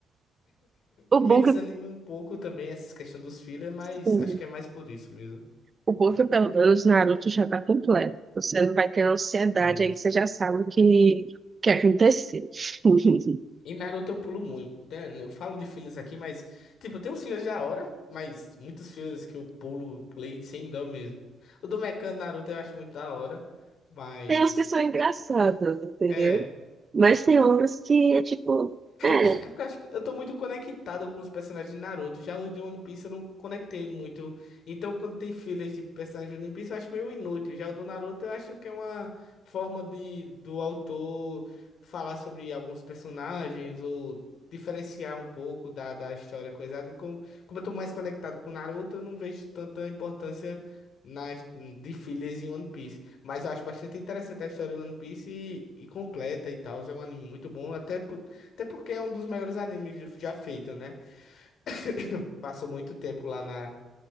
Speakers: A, on the right; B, on the left.
A: O
B: me
A: bom
B: desanimo
A: é que,
B: um pouco também essa questão dos fillers, mas
A: assim,
B: acho que é mais por isso mesmo.
A: O bom é que pelo menos Naruto já tá completo. Você não vai ter ansiedade
B: Isso.
A: aí que você já sabe o que, que aconteceu. <laughs>
B: E Naruto eu pulo muito, né? Eu falo de filhos aqui, mas, tipo, tem uns filhos da hora, mas muitos filhos que eu pulo, pulei sem dó mesmo. O do Mecano Naruto eu acho muito da hora, mas.
A: Tem umas que são engraçadas, entendeu?
B: É.
A: Mas tem outras que é tipo, é,
B: É porque eu acho que eu tô muito conectado com os personagens de Naruto. Já os de One Piece eu não conectei muito. Então, quando tem filas de personagens de One Piece, eu acho meio inútil. Já o do Naruto, eu acho que é uma forma de do autor falar sobre alguns personagens ou diferenciar um pouco da, da história coisada. E com, como eu tô mais conectado com o Naruto, eu não vejo tanta importância nas de filas em One Piece. Mas eu acho bastante interessante a história do One Piece e, e completa e tal. É um anime muito bom, até por até porque é um dos melhores animes já feito, né? <laughs> <clears throat> Passou muito tempo lá na,